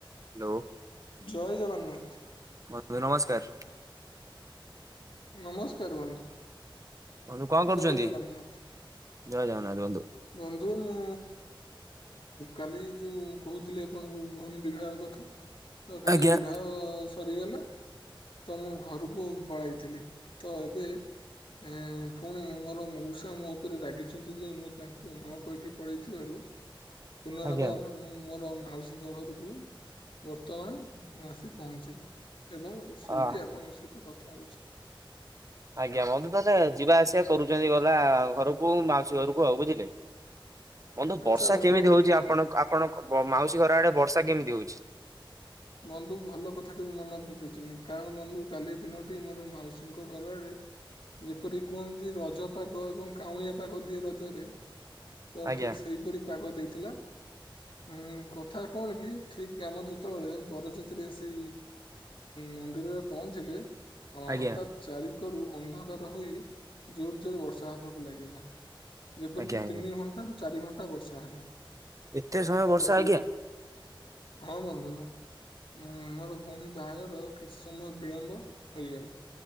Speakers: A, on the right; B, on the left.
A: Hello.
B: ଜୟ ଜଗନ୍ନାଥ।
A: ବନ୍ଧୁ ନମସ୍କାର।
B: ନମସ୍କାର ବନ୍ଧୁ।
A: ବନ୍ଧୁ କଣ କରୁଛନ୍ତି
B: ଜୟ ଜଗନ୍ନାଥ।
A: ଜୟ ଜଗନ୍ନାଥ ବନ୍ଧୁ।
B: ବନ୍ଧୁ ମୁଁ କାଲି ଯୋଉ କହୁଥିଲି ଆପଣଙ୍କୁ ଭଉଣୀ ବିବାହ କଥା। ତ କାଲି
A: ଆଜ୍ଞା।
B: ବିବାହ ସରିଗଲା। ତ ମୁଁ ଘରକୁ ପଳାଇଥିଲି ତ ଏବେ ଏ ଫୁଣି ମୋର ମଉସା ମୋ ଉପରେ ରାଗିଛନ୍ତି ଯେ ମୁଁ ତାଙ୍କୁ ନ କହିକି ପଳେଇଥିବାରୁ।
A: <inaudible>
B: ପୁନରବହର
A: ଆଜ୍ଞା
B: ମୁଁ ମୋର ମାଉସୀଙ୍କ ଘରକୁ ବର୍ତ୍ତମାନ ମୁଁ ଆସି ପହଞ୍ଚିଲି। <unintelligible>
A: ଅ
B: ଆପଣଙ୍କ ସହିତ କଥା ହେଉଛି।
A: ଆଜ୍ଞା ବନ୍ଧୁ ତାହେଲେ ଯିବା ଆସିବା କରୁଛନ୍ତି ଗଲା ଘରକୁ ମାଉସୀ ଘରକୁ ଆଉ ବୁଝିଲେ। ବନ୍ଧୁ
B: ଆଚ୍ଛା
A: ବର୍ଷା
B: ବନ୍ଧୁ
A: କେମିତି ହଉଛି ଆପଣ ଆପଣଙ୍କ ମାଉସୀ ଘର ଆଡେ ବର୍ଷା କେମିତି ହଉଛି।
B: ବନ୍ଧୁ ଭଲ କଥାଟି ବି ମନେ ପକେଇଛନ୍ତି କାରଣ ବନ୍ଧୁ କାଲି ଦିନଟି ମୋର ମାଉସୀଙ୍କ ଘର ଆଡେ ଯେପରି କୁହନ୍ତି ରଜପାଗ ଏବଂ କାଉଁଳିଆ ପାଗ ଦିଏ ରଜରେ ତ
A: ଆଜ୍ଞା।
B: ଠିକ ସେଇପରି ପାଗ ଦେଇଥିଲା। ହୁଁ କଥା କଣ କି ଠିକ କାମ ଯେତେବେଳେ ବରଯାତ୍ରୀ ଆସି ମନ୍ଦିରରେ ପହଞ୍ଚିଲେ ଆଁ
A: ଆଜ୍ଞା
B: ହଠତ୍। ଚାରିକୋରୁ ଅନ୍ଧକାର ହୋଇ ଜୋର ଜୋର ବର୍ଷା ହେବାକୁ ଲାଗିଲା। ଯେପରିକି
A: ଆଜ୍ଞା ଆଜ୍ଞା
B: ତିନି ଘଣ୍ଟା ରୁ ଚାରି ଘଣ୍ଟା ବର୍ଷା ହେଲା।
A: ଏତେ ସମୟ ବର୍ଷା
B: ତ ସେଇପା,
A: ଆଜ୍ଞା
B: ହଁ, ବନ୍ଧୁ। ଉଁ, ମୋର ଭଉଣୀ ବାହାଘର କିଛି ସମୟ ବିଳମ୍ବ ହୋଇଗଲା।